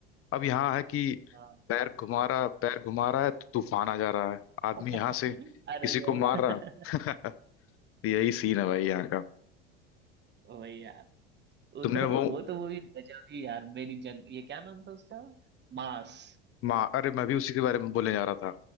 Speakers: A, on the left; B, on the right.
A: अब यहाँ है कि
B: हाँ
A: पैर
B: हाँ
A: घुमा रहा पैर घुमा रहा है तो तूफान आ जा रहा है आदमी
B: <laughs>
A: यहाँ से किसी
B: अरे
A: को मार
B: <laughs>
A: रहा <laughs> यही सीन है भाई यहाँ का
B: वही यार वो
A: तुमने
B: तो
A: वो
B: वो तो मूवी गजब ही यार मेरी जन ये क्या नाम था उसका मास
A: माँ अरे मैं भी उसी के बारे में बोलने जा रहा था